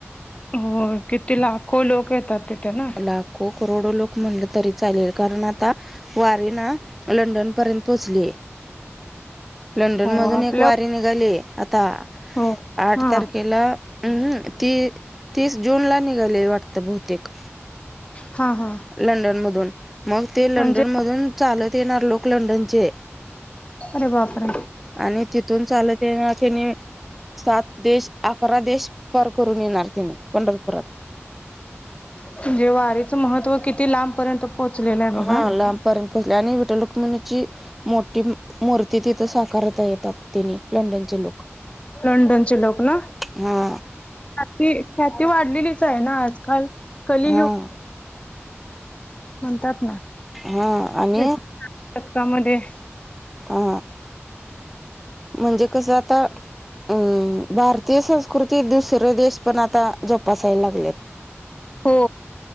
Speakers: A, on the left (about 25°); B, in the centre.
A: हो किती लाखो लोक येतात तिथे ना.
B: लाखो करोडो लोक म्हणल तरी चालेल कारण आता वारिना लंडनपर्यंत पोहोचली. लंडन
A: हो
B: मधून
A: आपल्या
B: एक वारी निघाली आता
A: हो.
B: आठ
A: हा
B: तारखेला हम्म ती तीस जून ला निघाले वाटत बहुतेक
A: हा हा.
B: लंडन मधून मग ते लंडन
A: म्हणजे
B: मधून चालत येणार लोक लंडनचे
A: अरे वापर
B: आणि तिथून चालतेना त्यांनी सात देश अकरा देश पार करून येणार तिने पंढरपुरात
A: म्हणजे वारीचं महत्त्व किती लांबपर्यंत पोहोचलेलं आहे बघा.
B: हा लांबपर्यंत पोचले आणि विठ्ठल रुक्मिणीची मोठी मूर्ती तिथं साकारता येतात तिने लंडनचे लोक
A: लंडनचे लोक ना
B: हा
A: ती ख्याती वाढलेलीच आहे ना आजकाल कलीयुग
B: हा
A: म्हणतात ना
B: हा आ्
A: एक शतकामध्ये
B: हा म्हणजे कसं आता अम् भारतीय संस्कृती दुसरे देश पण आता जोपासायला लागलेत.
A: हो.